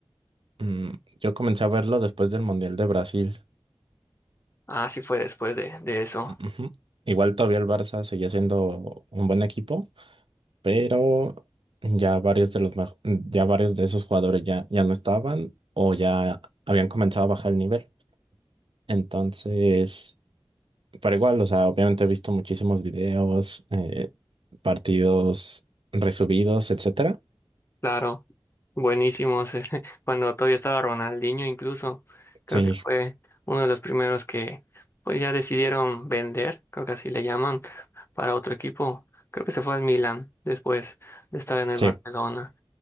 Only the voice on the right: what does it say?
Mm, yo comencé a verlo después del Mundial de Brasil.
Ujú. Igual todavía el Barça seguía siendo un buen equipo, pero ya varios de los mejo- ya varios de esos jugadores ya, ya no estaban o ya habían comenzado a bajar el nivel. Entonces.
Pero igual, o sea, obviamente he visto muchísimos videos, eh, partidos resubidos, etcétera.
Sí,
sí,